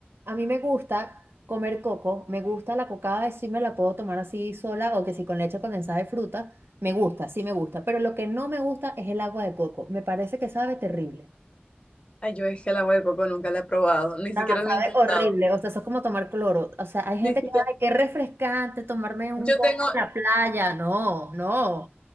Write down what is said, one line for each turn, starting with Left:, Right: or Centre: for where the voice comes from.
Right: A mí me gusta comer coco, me gusta la cocada y sí me la puedo tomar así sola o que si con leche condensada de fruta, me gusta, sí me gusta, pero lo que no me gusta es el agua de coco, me parece que sabe terrible.
Left: Ay, yo es que el agua de coco nunca la he probado, ni
Right: Tama,
Left: siquiera
Right: sabe
Left: lo he intentado.
Right: horrible, o sea, eso es como tomar cloro, o sea, hay gente
Left: Ni siquiera.
Right: que, ay, qué refrescante tomarme un
Left: Yo
Right: coco
Left: tengo,
Right: en la playa, no, no,